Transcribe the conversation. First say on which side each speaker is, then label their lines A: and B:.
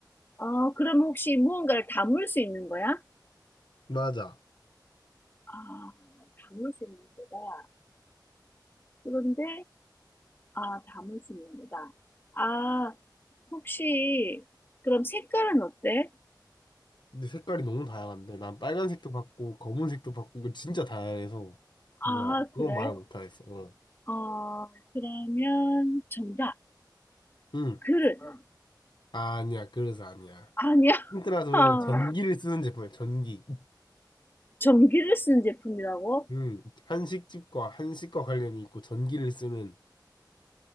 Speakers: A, on the left; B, on the left.
A: 아, 그럼 혹시 무언가를 담을 수 있는 거야?
B: 맞아.
A: 아, 담을 수 있는 거다. 그런데, 아, 담을 수 있는 거다. 아, 혹시, 그럼 색깔은 어때?
B: 근데 색깔이 너무 다양한데, 난 빨간색도 봤고, 검은색도 봤고, 그 진짜 다양해서, 뭐라,
A: 아,
B: 그건
A: 그래?
B: 말을 못하겠어. 어.
A: 어, 그러면 정답.
B: 응.
A: 그릇. 응.
B: 아니야, 그래서 아니야.
A: 아니야.
B: 힌트라 서자면
A: <laughs>
B: 전기를 쓰는 제품이야, 전기.
A: 전기를 쓰는 제품이라고?
B: 응. 한식집과 한식과 관련이 있고, 전기를 쓰는,